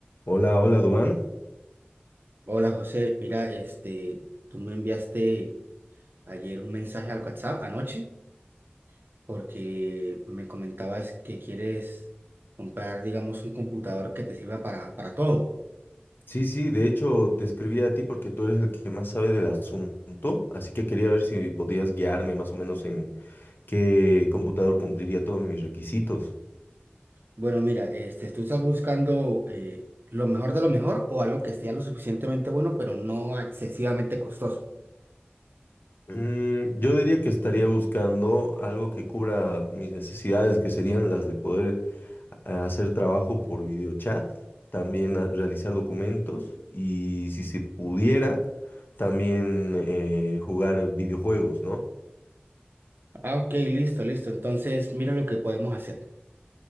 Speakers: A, on the left; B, on the right.
A: Hola, hola, Dubán.
B: Hola José, mira, este, tú me enviaste ayer un mensaje al WhatsApp anoche porque me comentabas que quieres comprar, digamos, un computador que te sirva para, para todo.
A: Sí, sí, de hecho te escribí a ti porque tú eres el que más sabe del asunto, así que quería ver si podías guiarme más o menos en qué computador cumpliría todos mis requisitos.
B: Bueno, mira, este, tú estás buscando eh, lo mejor de lo mejor o algo que sea lo suficientemente bueno, pero no excesivamente costoso.
A: Mm, yo diría que estaría buscando algo que cubra mis necesidades, que serían las de poder a- hacer trabajo por videochat, también a- realizar documentos y si se pudiera, también eh, jugar videojuegos, ¿no?
B: Ah, ok, listo, listo. Entonces, mira lo que podemos hacer.